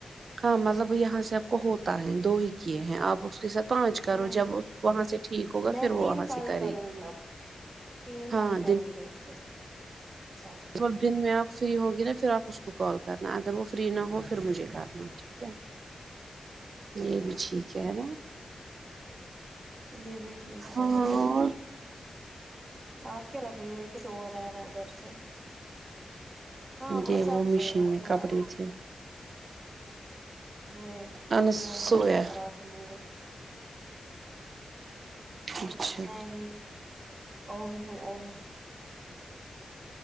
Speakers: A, on the right; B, on the right.
A: ہاں مطلب یہاں سے آپ کو ہوتا ہے دو ہی کیے ہیں آپ اس کے ساتھ پانچ کرو
B: ہوں
A: جب وہاں سے ٹھیک ہوگا
B: میں
A: پھر وہ
B: تین
A: وہاں
B: کال
A: سے کرے
B: کروں
A: گی
B: اب تین
A: ہاں
B: دل کروں گی اس کے ساتھ
A: اب دن میں آپ فری ہوگی نا پھر آپ اس کو کال کرنا اگر وہ فری نہ ہو پھر مجھے کرنا <inaudible> یہ بھی ٹھیک ہے ہے نا
B: یہ بھی ٹھیک رہے
A: اور
B: گا آپ کیا کر رہی ہوئی ک شور ا رہا ہے ادھر سے ہاں وہ
A: یہ
B: سب
A: مشین
B: سوی بس میں
A: کپڑے تھے
B: میں
A: انس
B: میں ہی
A: سویا
B: رات مے گل
A: اچھا
B: <inaudible>